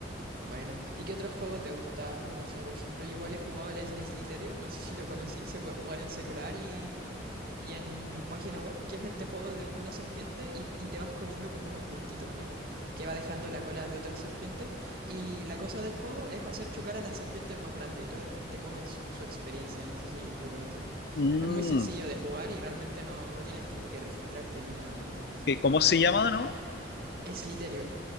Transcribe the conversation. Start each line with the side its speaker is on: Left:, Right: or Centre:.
Right: bueno ¿Y qué otro juego te gusta? No sé, por ejemplo, yo igual he jugado el Slithereo, no sé si lo conocí, se puede jugar en celular y, y en, en página web, que es este juego de, de una serpiente y, y te vas comiendo como unos puntitos, ¿no? Que va dejando la cola de otra serpiente y la cosa del juego es hacer chocar a la serpiente más grande y tú después te comes su experiencia, no sé si lo conoces.
Left: Mm,
Right: Es muy sencillo de jugar y realmente no, no tienes que ni que registrarte ni nada, ¿no?
Left: ¿Qué- ¿Cómo se llama, no?
Right: Slithereo.